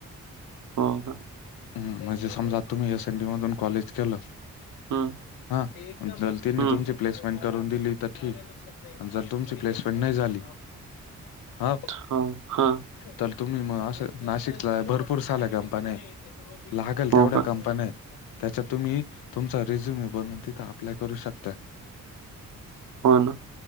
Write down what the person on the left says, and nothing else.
ह म्हणजे समजा, तुम्ही एसएन डी मधून कॉलेज केलं.
हा. जर तेनी
तुमची प्समेंट करून दिली त ठीक. जर तुमची प्लेसमेंट नाही झाली. हा
तर तुम्ही म असं. नाशिकला भरपूर साल्या कंपन्याय. लागल
तेवढ्या कंपन्याय. त्याच्यात तुम्ही. तुमचा रेझ्युमे बनून तिथे अप्लाय करू शकताय.